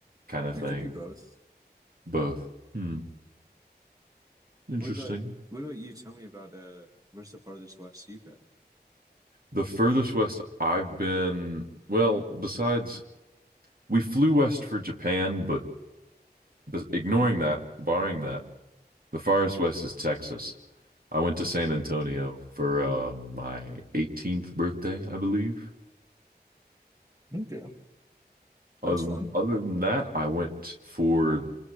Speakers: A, on the right; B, on the right.
A: kind of
B: It
A: thing?
B: could be both.
A: Both. Hmm. Interesting.
B: What about what about you? Tell me about uh where's the farthest west you've been?
A: The furthest west I've been, well, besides we flew west for Japan, but bes- ignoring that, barring that, the farthest west is Texas. I went to San Antonio for uh, my 18th birthday, I believe.
B: Okay,
A: Other
B: that's fun.
A: other than that, I went for